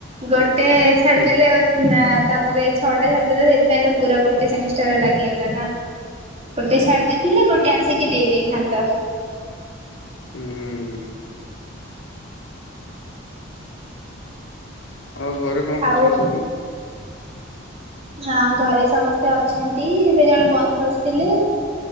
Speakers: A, on the right (about 30°); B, on the left (about 70°).
A: ଗୋଟେ ଛାଡିଦେଲେ
B: ହୁଁ
A: ନା ତାପରେ ଛଅଟା ଛାଡିଦେଲ ସେଇଥିପାଇଁ ତ ପୁରା ଗୋଟେ ସେମିଷ୍ଟାରେ ଲାଗିଗଲା ନାଁ। ଗୋଟେ ଛାଡି ଦେଇେଥିଲେ ଗୋଟେ ଆସିକି ଦେଇ ଦେଇଥାନ୍ତ।
B: ହୁଁ ଆଉ ଘରେ କଣ କରୁଛନ୍ତି
A: ଆଉ
B: ସବୁ?
A: ନାଁ ଘରେ ସମସ୍ତେ ଅଛନ୍ତି ଏବେ ଜଣେ ବନ୍ଧୁ ଆସ ଥିଲେ